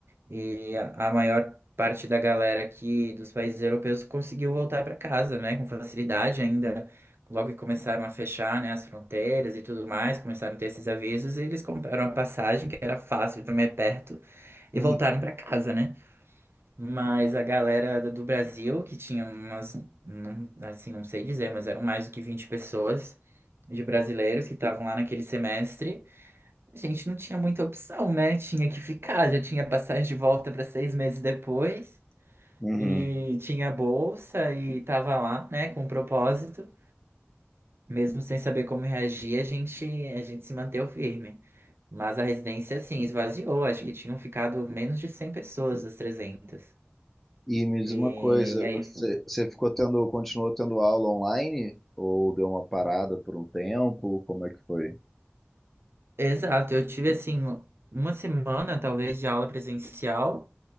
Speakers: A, on the right; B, in the centre.
A: E a a maior parte da galera aqui dos países europeus conseguiu voltar para casa, né, com facilidade ainda. Logo que começaram a fechar, né, as fronteiras e tudo mais, começaram a ter esses avisos, e eles compraram a passagem, que era fácil, também é perto,
B: Uhum.
A: e voltaram para casa, né? Mas a galera do do Brasil, que tinha umas, não, assim, não sei dizer, mas eram mais do que 20 pessoas de brasileiros que estavam lá naquele semestre, a gente não tinha muita opção, né? Tinha que ficar, já tinha passagem de volta para seis meses depois,
B: Uhum.
A: e tinha bolsa e tava lá, né, com propósito. Mesmo sem saber como reagir, a gente, a gente se manteve firme. Mas a residência, assim, esvaziou. Acho que tinham ficado menos de 100 pessoas das trezentas
B: E me diz
A: E,
B: uma coisa,
A: e aí,
B: você, você ficou tendo, continuou tendo aula online ou deu uma parada por um tempo? Como é que foi?
A: exato, eu tive, assim, uma semana, talvez, de aula presencial.